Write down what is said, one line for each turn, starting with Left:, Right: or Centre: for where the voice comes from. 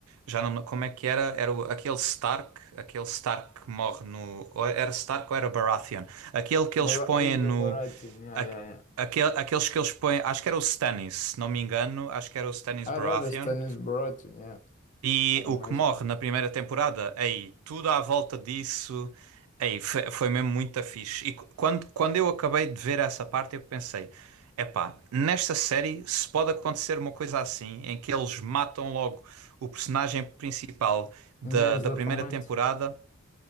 Right: já não como é que era? Era o- aquele Stark, aquele Stark que morre no ou era Stark ou era Baratheon? Aquele que
Left: Bar
Right: eles põem
Left: Ei,
Right: no
Left: o Baratheon, yeah,
Right: aque-
Left: yeah, yeah.
Right: aquele, aqueles que eles põem, acho que era o Stannis, se não me engano, acho que era o Stannis
Left: Ah,
Right: Baratheon.
Left: Era, era Stannis Baratheon, yeah.
Right: E
Left: Era
Right: o
Left: mais.
Right: que morre na primeira temporada, aí, tudo à volta disso, aí, foi, foi mesmo muito fixe. E qu- quando, quando eu acabei de ver essa parte, eu pensei, epá, nesta série se pode acontecer uma coisa assim, em que eles matam logo o personagem principal da,
Left: Yeah, exatamente.
Right: da primeira temporada,